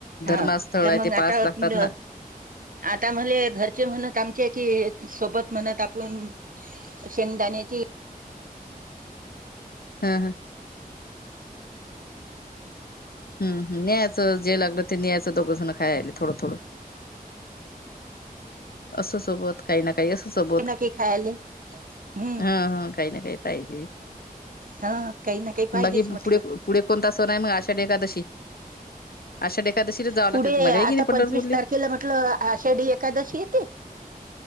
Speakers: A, on the left; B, on the right.
A: धर्मस्थंळ
B: हो तर
A: आहे
B: मग
A: ते पास
B: आता
A: लागतांत
B: न-
A: ना
B: आता म्हणे घरचे म्हणत आमचें कि सोबत म्हणतं आपण शेंगदाण्यांची
A: हम हम हम्म हम्म नाय असं जे लागलं ते न्यायचं दोघं जण खायाले थोडं थोडं असं सोबत काही ना काही असत सोबत.
B: ना काही खायले हम्म
A: हा हा काय ना काय पाहिजे.
B: हा काही ना काही पाहिजेच
A: बाकी पुढे
B: म्हटलं
A: पुढे कोणता सण हाय मग आषाढ एकादशी. आषाढी एकादशीलाच जावं
B: पुढे
A: लागते तुम्हाला हे
B: आता
A: की नाही पंढरपूरले
B: पंचवीस तारखेला म्हटलं आषाढी एखादशी येते.